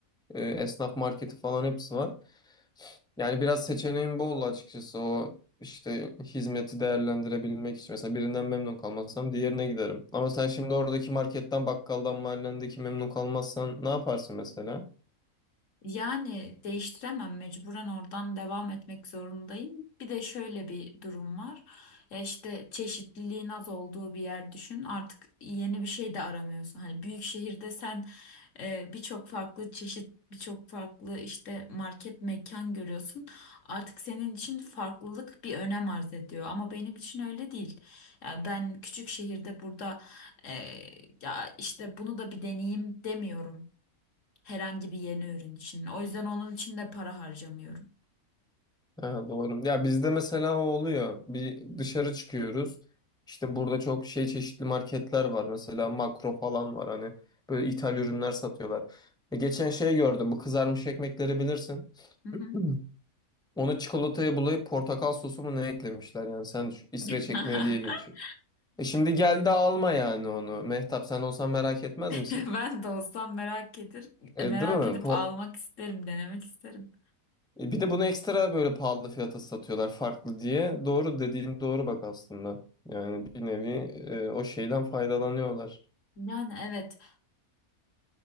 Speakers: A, in the centre; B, on the left.
A: e, esnaf marketi falan hepsi var. Yani biraz seçeneğim bol açıkçası. O işte hizmeti değerlendirebilmek için. Mesela birinden memnun kalmazsam diğerine giderim. Ama sen şimdi oradaki marketten, bakkaldan, mahallendeki memnun kalmazsan ne yaparsın mesela?
B: Yani değiştiremem mecburen oradan devam etmek zorundayım. Bir de şöyle bir durum var. Ya işte çeşitliliğin az olduğu bir yer düşün. Artık yeni bir şey de aramıyorsun. Hani büyük şehirde sen e, birçok farklı çeşit, birçok farklı işte market mekan görüyorsun. Artık senin için farklılık bir önem arz ediyor. Ama benim için öyle değil. Ya ben küçük şehirde burada e, ya işte bunu da bir deneyeyim demiyorum. Herhangi bir yeni ürün için. O yüzden onun için de para harcamıyorum.
A: Ha, doğru. Ya bizde mesela o oluyor. Bir dışarı çıkıyoruz. İşte burada çok şey çeşitli marketler var. Mesela Makro falan var. Hani böyle ithal ürünler satıyorlar. E, geçen şey gördüm. Bu kızarmış ekmekleri bilirsin.
B: Hı
A: <clears throat>
B: hı.
A: Hı. Onu çikolataya bulayıp portakal sosu mu ne eklemişler yani. Sen düşün, İsveç
B: <laughs>
A: ekmeği diye geçiyor. E şimdi gel de alma yani onu. Mehtap sen olsan merak etmez misin?
B: Ben de olsam merak edir,
A: E,
B: merak
A: değil mi?
B: edip
A: Po-
B: almak isterim, denemek isterim.
A: E, Bir de bunu ekstra böyle pahalı fiyata satıyorlar farklı diye. Doğru dediğin doğru bak aslında. Yani bir nevi e, o şeyden faydalanıyorlar.
B: Yani evet